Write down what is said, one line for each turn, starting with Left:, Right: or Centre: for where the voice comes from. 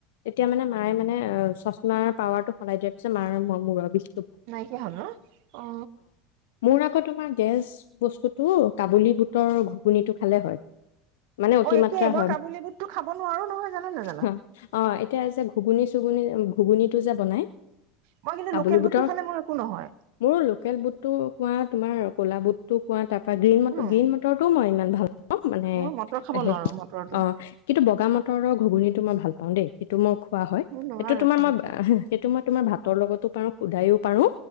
Left: এতিয়া মানে মায়ে মানে অ চশমাৰ পাৱাৰ টো সলাই দিয়াৰ পিছত মাৰ মূৰৰ বিষ
Right: নাইকিয়া হ'ল ন অ
Left: মোৰ আকৌ তোমাৰ গেজ বস্তুটো কাবুলী বুটৰ ঘুগুনিটো খালে হয় মানে অতিমাত্ৰা
Right: অ এইটোয়ে মই
Left: হয়
Right: কাবুলী বুটটো খাব নোৱাৰো নহয় জানা নাজানা
Left: অ এতিয়া যে ঘুগুন ঘুগুনিটো যে বনাই
Right: মই কিন্তু
Left: কাবুলী
Right: লোকেল
Left: বুটৰ
Right: গোটটো খালে মোৰ একো নহয়
Left: মোৰো লোকেল বুটটো কোৱা তোমাৰ কলা বুটতো কোৱা তাৰ বা গ্ৰীণ ম
Right: উম
Left: গ্ৰীণ মটৰটোমই ইমান অ মানে
Right: মই মটৰ খাব
Left: সেষ
Right: নোৱাৰো মটৰটো
Left: অ কিন্তু বগা মটৰৰ ঘুগুনটো মই ভাল পাওঁ অ দেই সেইটো মোক খোৱা হয়
Right: মই নোৱাৰো
Left: সেইটো তোমাৰ
Right: খাব
Left: মই সেইটো মই তোমাৰ ভাত ভাতৰ লগতো পাৰো সুদায়ো পাৰো